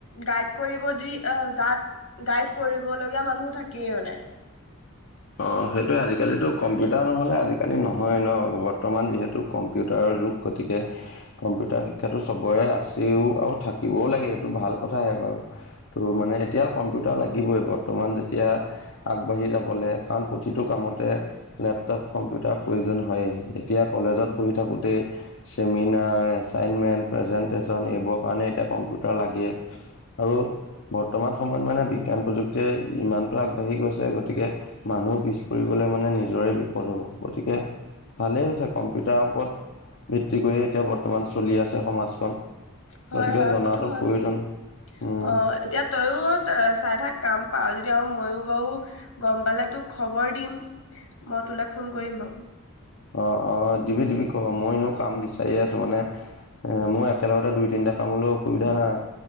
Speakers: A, on the left; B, on the left.
A: গাইড কৰিব যদি অহ গাত গাইড কৰিব লগীয়া মানুহ থাকেই মানে।
B: অ সেইটোৱে আজিকালিতো কম্পিউটাৰ নহ'লে আজিকালি নহয় ন' বৰ্তমান যিহেতু কম্পিউটাৰৰ যুগ গতিকে কম্পিউ তাৰ শিক্ষাটো চবৰে আছে তেওঁ আৰু থাকিবও লাগে সেইটো ভাল কথাহে বাৰু ত' মানে এতিয়া কম্পিউটাৰ লাগিবই বৰ্তমান। ইমান যেতিয়া আগবাঢ়ি যাবলে কাৰণ প্ৰতিটো কামতে লেপটপ কম্পিউটাৰ প্ৰয়োজন হইয়ে। তেতিয়া কলেজত
A: উম
B: পঢ়ি থাকোঁতে চেমিনাৰ এছাইনমেণ্ট প্ৰেজেণ্টেশ্যন এইবোৰৰ কাৰণে এতিয়া কম্পিউটাৰ লাগে। আৰু বৰ্তমান সময়ত মানে বিজ্ঞান প্ৰযুক্তিয়ে ইমানটো আগবাঢ়ি গৈছে গতিকে মানুহ পিছ পৰি গ'লে মানে নিজৰে বিপদ হ'ব গতিকে ভালেই হৈছে কম্পিউটাৰৰ ওপৰত ভিত্তি কৰিয়ে এতিয়া বৰ্তমান চলি আছে সমাজখন।
A: হয়
B: গতিকে
A: -হয়
B: জনাটো
A: সেইটো হয়
B: প্ৰয়োজন
A: বাৰু।
B: উম
A: অহ এতিয়া তইও চাই থাক কাম। পাৰা যদি আৰু মইও বাৰু গম পালে তোক খবৰ দিম মই তোলৈ ফোন কৰিম বাৰু।
B: অহ -অহ দিবি -দিবি খবৰ, মই এনেও কাম বিচাৰিয়ে আছো মানে এ মোৰ একেলগতে দুই, তিনিটা কাম হলেও অসুবিধা নাই